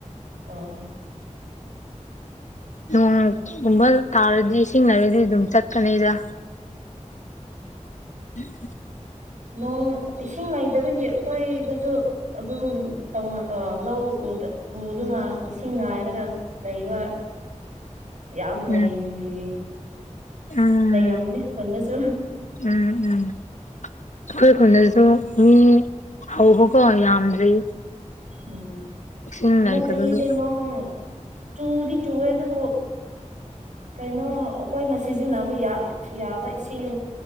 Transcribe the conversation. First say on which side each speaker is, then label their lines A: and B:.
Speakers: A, on the right; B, on the left.
A: ꯑꯣ <unintelligible>
B: ꯅꯣꯡꯒꯨꯝꯕ ꯇꯥꯔꯗꯤ ꯏꯁꯤꯡ ꯂꯩꯔꯗꯤ ꯑꯗꯨꯝ ꯆꯠꯀꯅꯤꯗ ꯎꯝ
A: ꯅꯣꯡ ꯏꯁꯤꯡ ꯂꯩꯇꯕꯒꯤ ꯑꯩꯈꯣꯏꯗꯁꯨ ꯑꯗꯨꯝ ꯇꯧꯅ ꯂꯧ ꯎꯗꯨꯅ ꯏꯁꯤꯡ ꯉꯥꯏꯔꯒ ꯂꯩꯕ ꯌꯥꯝ ꯂꯩꯔꯤ
B: ꯎꯝ ꯎꯝ
A: ꯂꯩꯔꯃꯅꯦ ꯈꯨꯟꯗꯁꯨ
B: ꯎꯝ ꯎꯝ ꯑꯩꯈꯣꯏ ꯈꯨꯟꯗꯁꯨ ꯃꯤ ꯍꯧꯕꯀꯣ ꯌꯥꯝꯗ꯭ꯔꯤ
A: ꯎꯝ
B: ꯏꯁꯤꯡ
A: ꯍꯟꯗꯛ
B: ꯂꯩꯇꯕꯒꯤ
A: ꯆꯍꯤꯁꯦ ꯅꯣꯡ ꯆꯨꯗꯤ ꯆꯨꯒꯦ ꯑꯗꯨꯕꯨ ꯀꯩꯅꯣ ꯑꯩꯈꯣꯏꯅ ꯁꯤꯖꯤꯟꯅꯕ ꯌꯥꯕ ꯏꯁꯤꯡ